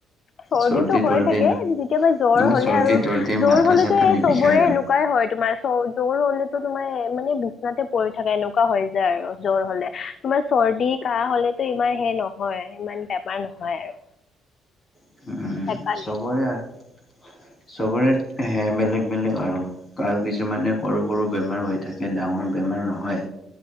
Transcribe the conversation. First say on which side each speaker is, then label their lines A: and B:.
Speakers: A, on the left (about 50°); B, on the left (about 35°).
A: চৰ্দিটো
B: চৰ্দি
A: হৈ
B: তৰ্দি
A: থাকে,
B: ন
A: যেতিয়াবা জ্বৰ
B: এনে
A: হ'লে
B: চৰ্দি
A: আৰু,
B: তৰ্দি
A: জ্বৰ
B: মাথা
A: হ'লেতো
B: চাথা
A: এই
B: নিবিষায়
A: চবৰে
B: আৰু
A: এনেকুৱা কুৱাই হয়, তোমাৰ চৰ -জ্বৰ হ'লেতো তোমাৰ মানে বিচনাতে পৰি থাকে, এনেকুৱা হয় যায় আৰু জ্বৰ হ'লে। তোমাৰ চৰ্দি-কাহ হ'লেতো ইমান হে নহয়, ইমান বেমাৰ নহয় আৰু।
B: অ,
A: সেইকাৰণে।
B: চবৰে আৰু চবৰে হে বেলেগ-বেলেগ আৰু। কাৰো কিছুমানে সৰু-সৰু বেমাৰ হৈ থাকে, ডাঙৰ বেমাৰ নহয়।